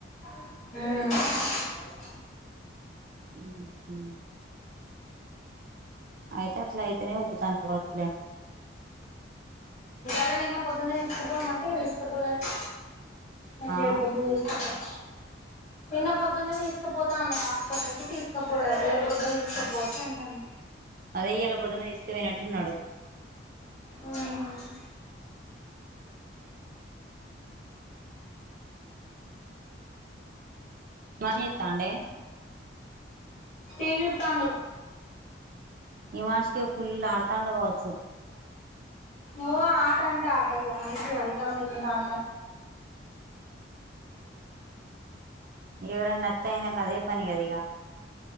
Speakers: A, on the left (about 35°); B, on the right (about 45°).
A: మ్మ్
B: హ్మ్ హ్మ్ అయితే అట్లయితే నె ఉబ్బుతా పోద్దిలె
A: ఇ నిన్న పొద్దున్నే తీసుకుపోమంటె తీసుకపోలెద్ అయితే
B: ఆ
A: ఇయ్యాల పొద్దున తీసుకు పోవచ్చు నిన్న పొద్దున్నే తీసుకుపోతా అన్నడు హాస్పటల్ కి తీసుకు పోలె పిల్లల పొద్దున్న తీసుకపోవచ్చు అంటాను
B: అదె ఇయ్యాల పొద్దున్న తీసుకుపొయినట్టున్నాడు
A: మ్మ్
B: మనీ ఇత్తాండే
A: టివి చూత్తండు
B: ఈ మనిషికి ఫుల్ ఆటాండుకోవచ్చు
A: ఓ ఆట అంటే ఆటెగ మనిషి హరికాం లేకుంటా ఆడత
B: ఎవరన్నా అత్తే నాకాదే పని గదా ఇగ